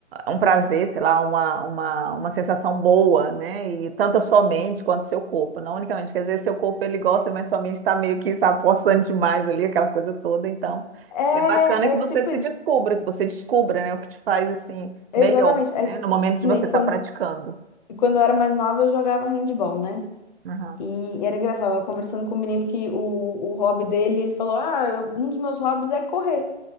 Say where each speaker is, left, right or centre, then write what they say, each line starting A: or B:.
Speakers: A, on the right (about 55°); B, on the left (about 40°).
A: um prazer, sei lá, uma, uma, uma sensação boa, né? E tanto a sua mente quanto o seu corpo, não unicamente, quer dizer, seu corpo ele gosta, mas sua mente está meio que sabe, forçando demais ali aquela coisa toda, então
B: É,
A: é bacana que
B: é
A: você
B: tipo
A: se
B: isso.
A: descubra, que você descubra, né, o que te faz assim
B: Exatamente.
A: melhor,
B: É
A: né,
B: que
A: no momento de
B: nem
A: você estar
B: quando
A: praticando.
B: E quando eu era mais nova, eu jogava handball, né?
A: Aham.
B: E era engraçado, eu tava conversando com um menino que o, o hobby dele, ele falou: Ah, eu- um dos meus hobbies é correr.